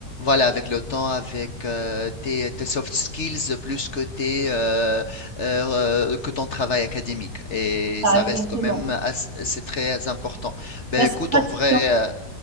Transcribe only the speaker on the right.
Ah,
exactement.
Là, c'est
pratique.